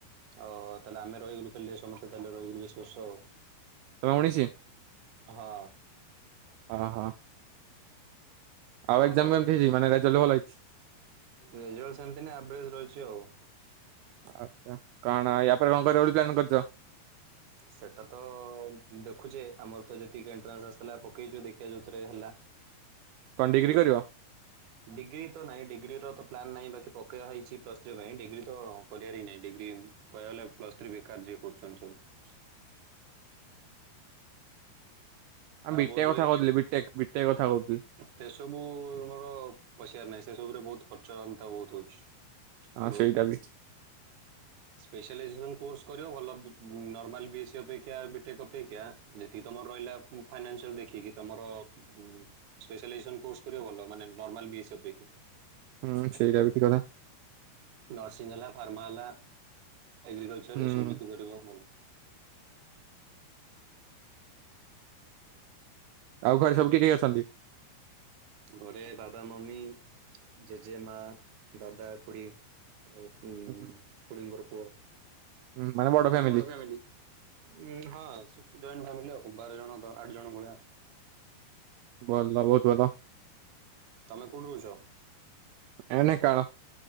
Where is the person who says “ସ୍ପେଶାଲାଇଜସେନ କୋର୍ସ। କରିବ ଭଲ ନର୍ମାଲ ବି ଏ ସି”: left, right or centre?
Right